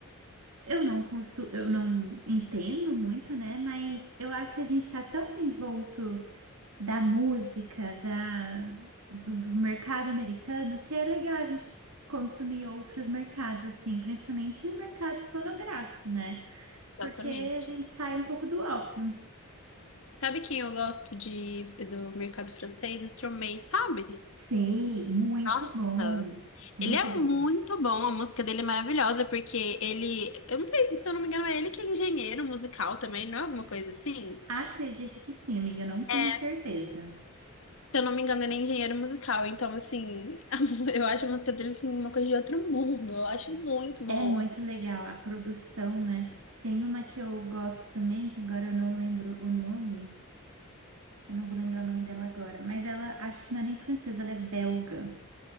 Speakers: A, on the right (about 80°); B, on the left (about 65°).
A: Eu não consu, eu não entendo muito, né? Mas eu acho que a gente está tão envolto da música, da, do, do mercado americano, que é legal a gente consumir outros mercados, assim, principalmente o mercado fonográfico, né? Porque
B: Exatamente.
A: a gente sai um pouco do óbvio.
B: Sabe quem eu gosto de, do mercado francês? Stromae, sabe?
A: Sei, muito
B: Nossa!
A: bom, muito
B: Ele é
A: bom.
B: muito bom, a música dele é maravilhosa, porque ele, eu não sei, se eu não me engano, é ele que é engenheiro musical também, não é alguma coisa assim?
A: Acredito que sim, amiga, não tenho
B: É,
A: certeza.
B: se eu não me engano, ele é engenheiro musical, então assim, <laughs> eu acho a música dele assim, uma coisa de outro mundo, eu acho muito boa.
A: É muito legal a produção, né? Tem uma que eu gosto também, que agora eu não lembro o nome, eu não vou lembrar o nome dela agora, mas ela acho que não é nem francesa, ela é belga.